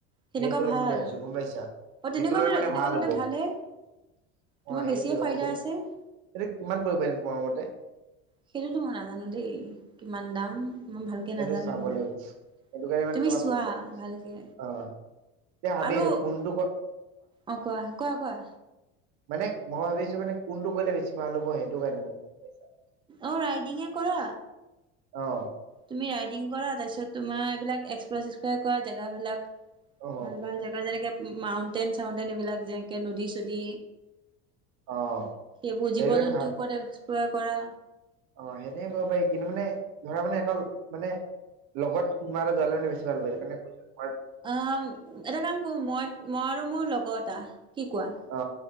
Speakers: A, on the right; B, on the right.
A: সেনেকুৱা
B: সেইটো লম
A: ভাল
B: বুলি ভাবিছোঁ গম পাইছা,
A: অ
B: সেইটো
A: তেনেকুৱা
B: ললে
A: ল'লা
B: মানে
A: তেনেকুৱা
B: ভাল
A: ল'লে
B: হ'ব অ
A: ভালহে তোমাৰ বেছিয়ে
B: সেই-
A: ফাইদা
B: ভাবিছিলো
A: আছে
B: এইটো কিমান পৰিব তোমাৰ মতে?
A: সেইটোতো মই নাজানো দেই কিমান দাম। মই ভালকে
B: সেইটো
A: নাজানো
B: চাব
A: এইবিলাক
B: লাগিব সেইটো কাৰণে মানে
A: তুমি
B: তোমাক
A: চোৱা
B: সুধিলো
A: ভালকে
B: অ এতিয়া ভাবি
A: আৰু
B: আছো কোনটো ক
A: অ কোৱা কোৱা কোৱা।
B: মানে মই ভাবিছো মানে কোনটো কৰিলে বেছি ভাল হ'ব সেইটো কাৰণে মছা-
A: অ ৰাইডিংয়ে কৰা।
B: অহ।
A: তুমি ৰাইডিং কৰা তাৰপিছত তোমাৰ এইবিলাক <unintelligible> কৰা জেগাবিলাক।
B: অ
A: ভাল ভাল জেগা যেনেকে মাউন্টেন-চাউন্টেন এইবিলাক যেনেকে নদী চদী
B: অ
A: সেইবোৰ
B: সেইটো
A: জীৱ
B: কাৰণে
A: জন্তুৰ
B: ভাল
A: ওপৰত প কৰা।
B: অ সেনেকে কৰিব পাৰি কিন্তু মানে ধৰা মানে এটা মানে লগত কোনোবা এটা যোৱালে মানে বেছি ভাল হ'ব সেইটোকাৰণে
A: অ এটা কাম কৰোঁ মই মই আৰু মোৰ লগত টা কি কোৱা।
B: অ